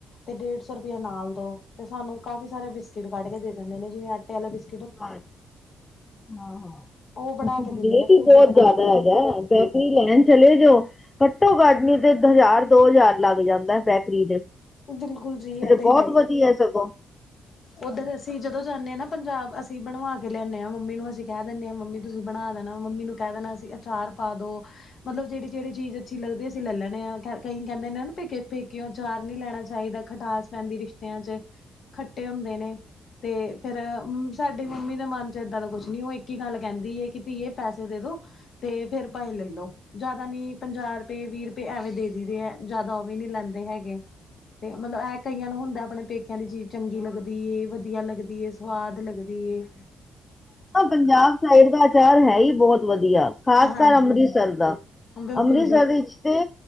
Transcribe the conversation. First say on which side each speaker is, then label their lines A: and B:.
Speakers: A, on the left; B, on the left.
A: ਤੇ ਡੇਢ ਸੌ ਰੁਪਇਆ ਨਾਲ ਦੋ ਤੇ ਸਾਨੂੰ ਕਾਫੀ ਸਾਰੇ ਬਿਸਕਿਟ ਕੱਢ ਕੇ ਦੇ ਦਿੰਦੇ ਨੇ ਜਿਵੇਂਟੇ ਬਿਸ
B: ਹਾਂ ਹਾਂ
A: ਉਹ ਬਣਾ ਕੇ ਦਿੰਦੇ
B: ਵੇਟ
A: ਨੇ ਖੁਦ
B: ਹੀ ਬਹੁਤ
A: ਬਣਾਉਂਦੇ
B: ਜਿਆਦਾ
A: ਨੇ
B: ਹੈਗੈ। ਬੈਕਰੀ ਲਾਈਨ ਚਲੇ ਜਾਓ। ਘੱਟੋ ਘੱਟ ਨੀ ਤੇ ਹਜ਼ਾਰ ਦੋ ਹਜ਼ਾਰ ਲੱਗ ਜਾਂਦਾ ਬੈਕਰੀ ਦੇ।
A: ਬਿਲਕੁਲ ਜੀ ਇਹ ਤੇ
B: ਬਹੁਤ
A: ਹੈ ਹੀ।
B: ਵਧੀਆ ਸਗੋਂ।
A: ਓਧਰ ਅਸੀਂ ਜਦੋਂ ਜਾਂਣੇ ਆਂ ਨਾ ਪੰਜਾਬ ਅਸੀਂ ਬਣਵਾ ਕੇ ਲੇਆਣੇ ਆਂ ਮੰਮੀ ਨੂੰ ਅਸੀਂ ਕੇਹ ਦੇਣੇ ਆਂ ਮੰਮੀ ਤੁਸੀਂ ਬਣਾ ਦੇਣਾ ਮੰਮੀ ਨੂੰ ਕੈ ਦੇਣਾ ਅਸੀਂ ਅਚਾਰ ਪਾ ਦੋ ਮਤਲਬ ਜੇੜੀ, ਜੇੜੀ ਚੀਜ ਅੱਛੀ ਲੱਗਦੀ ਅਸੀਂ ਲਲ ਲੈਣੇ ਆ ਕਈ ਕੈਂਦੇ ਨੇ ਨਾ ਪੇਕੇ, ਪੇਕੋਯੋ ਅਚਾਰ ਨਈ ਲੈਣਾ ਚਾਹੀਦਾ, ਖਟਾਸ ਪੈਂਦੀ ਰਿਸ਼ਤਿਆਂ ਚ, ਖੱਟੇ ਹੁੰਦੇ ਨੇ ਤੇ ਫੇਰ ਮ ਸਾਡੀ ਮੰਮੀ ਦੇ ਮਨ ਚ ਏਦਾਂ ਦਾ ਕੁਛ ਨੀ, ਓ ਇੱਕ ਈ ਗੱਲ ਕੈਂਦੀ ਏ ਕਿ ਧੀਏ ਪੈਸੇ ਦੇ ਦੋ ਤੇ ਫੇਰ ਪਾਏ ਲਲੋ। ਜਾਦਾ ਨੀ ਪੰਜਾ ਰੁਪਏ, ਵੀਰ ਰੁਪਏ, ਐਵੇਂ ਦੇ ਦਈ ਦੇ ਐ ਜਾਦਾ ਓ ਵੀ ਨੀ ਲੈਂਦੇ ਹੈਗੇ। ਤੇ ਮਲਬ ਏਹ ਕਈਆਂ ਨੂੰ ਹੁੰਦਾ ਆਪਣੇ ਪੇਕਿਆਂ ਦੀ ਚੀਜ਼ ਚੰਗੀ ਲੱਗਦੀ ਏ, ਵਧੀਆ ਲੱਗਦੀ ਏ, ਸਵਾਦ ਲੱਗਦੀ ਏ।
B: ਪੰਜਾਬ ਸਾਈਡ ਦਾ ਆਚਾਰ ਹੈ ਹੀ ਬਹੁਤ ਵਧੀਆ। ਖਾਸ
A: ਹਾਂਜੀ,
B: ਕਰ ਅੰਮ੍ਰਿਸਰ ਦਾ,
A: ਬਿਲਕੁਲ
B: ਅੰਮ੍ਰਿਸਰ
A: ਜੀ,
B: ਇੱਚ ਤੇ